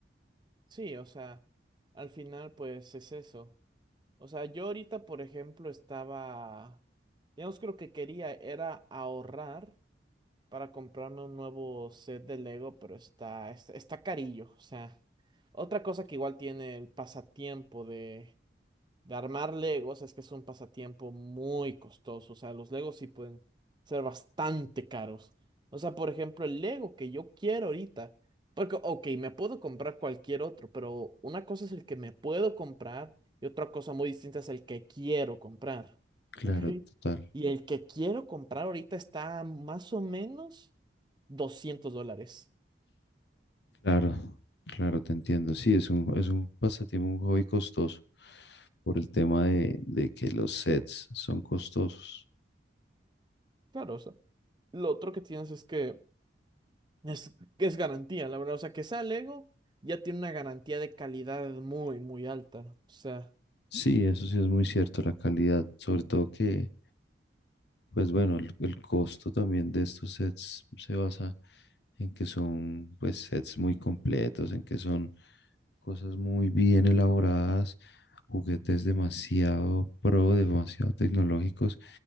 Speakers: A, on the right (about 25°); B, on the left (about 65°).
A: Sí, o sea, al final pues es eso. O sea, yo ahorita, por ejemplo, estaba... Digamos que lo que quería era ahorrar para comprarme un nuevo set de Lego, pero está, está, está carillo. O sea, otra cosa que igual tiene el pasatiempo de, de armar Legos es que es un pasatiempo muy costoso. O sea, los Legos sí pueden ser bastante caros. O sea, por ejemplo, el Lego que yo quiero ahorita, porque, ok, me puedo comprar cualquier otro, pero una cosa es el que me puedo comprar y otra cosa muy distinta es el que quiero comprar.
B: Claro,
A: ¿Ok?
B: total,
A: Y el que quiero comprar ahorita está más o menos 200 dólares.
B: claro, claro, te entiendo. Sí, es un, es un pasatiempo, un hobby costoso por el tema de, de que los sets son costosos.
A: Claro, o sea, lo otro que tienes es que es, es garantía, la verdad. O sea, que sea Lego ya tiene una garantía de calidad muy, muy alta. O sea,
B: Sí, eso sí es muy cierto, la calidad, sobre todo que... Pues bueno, el, el costo también de estos sets se basa en que son pues sets muy completos, en que son cosas muy bien elaboradas, juguetes demasiado pro, demasiado tecnológicos